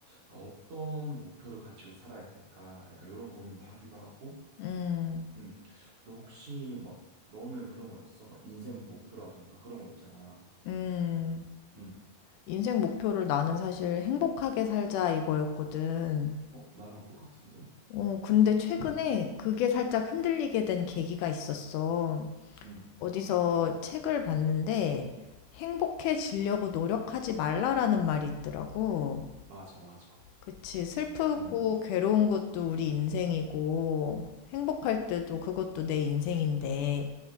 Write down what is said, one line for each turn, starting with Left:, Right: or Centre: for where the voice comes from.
Right: 아, 어떤 목표를 가지고 살아야 될까? 약간 요런 고민도 하기도 하고,
Left: 음,
Right: 응. 너 혹시 막 너는 그런 거 있어? 막 인생 목표라든가 그런 거 있잖아.
Left: 음.
Right: 응.
Left: 인생 목표를 나는 사실 행복하게 살자 이거였거든.
Right: 어, 나랑 똑같은데?
Left: 어, 근데 최근에
Right: 응.
Left: 그게 살짝 흔들리게 된 계기가 있었어.
Right: 응.
Left: 어디서 책을 봤는데 행복해지려고 노력하지 말라라는 말이 있더라고.
Right: 맞아, 맞아.
Left: 그치. 슬프고
Right: 응.
Left: 괴로운 것도 우리 인생이고, 행복할 때도 그것도 내 인생인데,